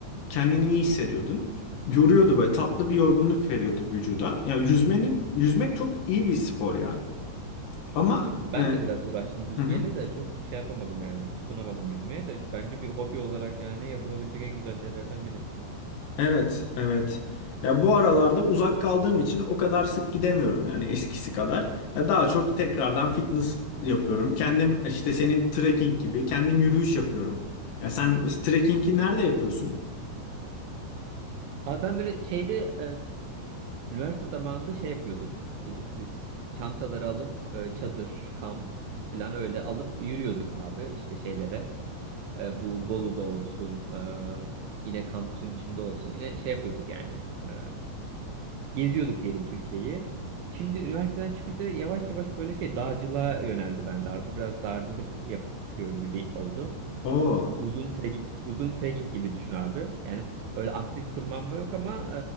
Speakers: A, on the left; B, on the right.
A: kendini iyi hissediyordun. Yoruyordu böyle tatlı bir yorgunluk veriyordu vücuda. Yani yüzmenin yüzmek çok iyi bir spor ya. Ama
B: Tabii çok ben
A: e,
B: de biraz uğraştım yüzmeyle
A: <laughs>
B: de çok şey yapamadım yani tutunamadım yüzmeye de. Bence bir hobi olarak yani yapılabilecek en güzel şeylerden biri.
A: Evet, evet. Ya bu aralarda uzak kaldığım için o kadar sık gidemiyorum yani eskisi kadar. Ya daha çok tekrardan fitness yapıyorum. Kendim işte senin trekking gibi kendim yürüyüş yapıyorum. Ya sen mes- trekkingi nerede yapıyorsun?
B: Abi ben böyle şeyde e, üniversite zamanında şey yapıyorduk. E, Biz çantaları alıp e, çadır, kamp falan öyle alıp yürüyorduk abi işte şeylere. E, bu Bolu'da olsun, e, yine kampüsün içinde olsun. Yine şey yapıyorduk yani. e, geziyorduk diyelim Türkiye'yi. Şimdi üniversiteden çıkınca yavaş yavaş böyle şey dağcılığa yöneldi bende. Artık biraz dağcılık yapıyorum gibi oldu.
A: Oo.
B: Uzun trekking, uzun trekking gibi düşün abi. Yani öyle aktif tırmanma yok ama